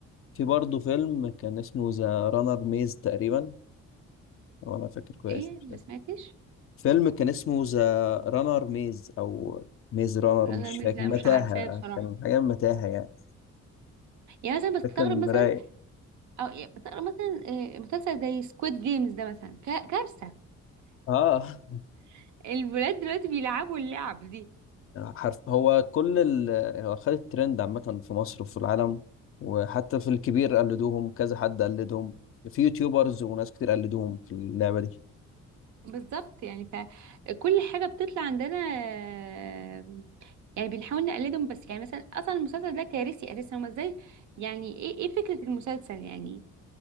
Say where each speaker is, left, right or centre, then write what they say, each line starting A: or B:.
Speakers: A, on the left; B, on the right.
A: برضه فيلم كان اسمه ذا رانر ميز تقريبا لو انا فاكر كويس
B: ايه
A: مش
B: ما
A: فاكر
B: سمعتش
A: فيلم كان اسمه ذا رانر ميز او ميز رانر
B: انا
A: مش
B: الميز
A: فاكر
B: لا
A: متاهه
B: مش عارفاه بصراحه
A: كان حاجه متاهه يعني
B: يعني مثلا بستغرب
A: ده كان
B: مثلا
A: رايق
B: او يعني بستغرب مثلا آه، مسلسل زي سكويد جيمز ده مثلا ك- كارثه
A: اه <laughs>
B: <laughs> الولاد دلوقتي بيلعبوا اللعب دي
A: حرف هو كل ال... هو خد الترند عامة في مصر وفي العالم وحتى في الكبير قلدوهم كذا حد قلدهم في يوتيوبرز وناس كتير قلدوهم في اللعبة دي
B: بالظبط يعني فكل حاجة بتطلع عندنا آه، يعني بنحاول نقلدهم بس يعني مثلا اصلا المسلسل ده كارثي اساسا هما ازاي يعني ايه ايه فكرة المسلسل يعني